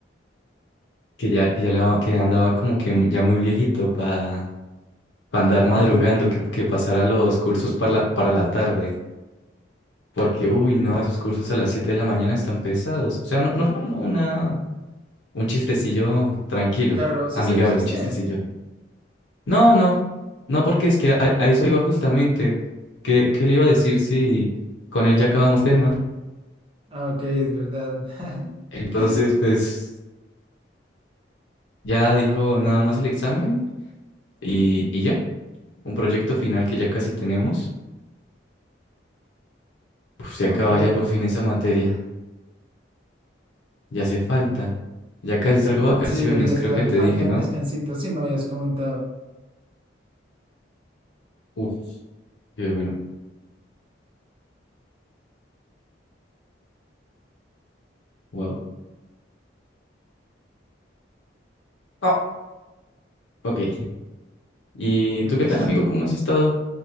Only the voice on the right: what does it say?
<laughs>
Claro, sí
se lo hiciste.
Ah, Ok, es verdad.
<laughs>
Ok.
Sí, ya
hacía
<laughs> falta
un descansito. Sí, me habías comentado.
Entonces,